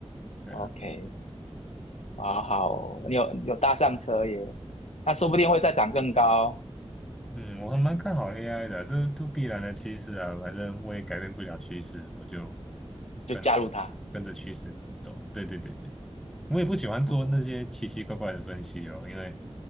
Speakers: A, in the centre; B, on the left.
A: 对啊，
B: ？OK，好好哦你有有搭上车耶，那说不定会再涨更高，
A: 嗯，我还蛮看好 AI 的啊，这都必然的趋势啊，反正我也改变不了趋势，我就
B: 就加入它。
A: 跟跟着趋势走。对对对对，我也不喜欢做那些奇奇怪怪的分析哦，
B: OK
A: 因为